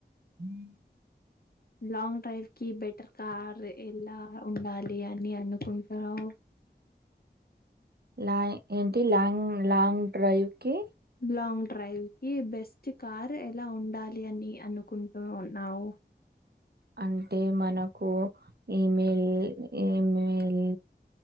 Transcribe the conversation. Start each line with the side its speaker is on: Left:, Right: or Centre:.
Right: హ <inaudible>
Left: లాంగ్ డ్రైవ్ కి బెటర్ కార్ ఎలా ఉండాలి అని అనుకుంటావు.
Right: లాయి ఏంటి లాంగ్ లాంగ్ డ్రైవ్ కి
Left: లాంగ్ డ్రైవ్ కి బెస్ట్ కార్ ఎలా ఉండాలి అని అనుకుంటు ఉన్నావు.
Right: అంటే మనకు ఈమెయిల్ ఈమెయిల్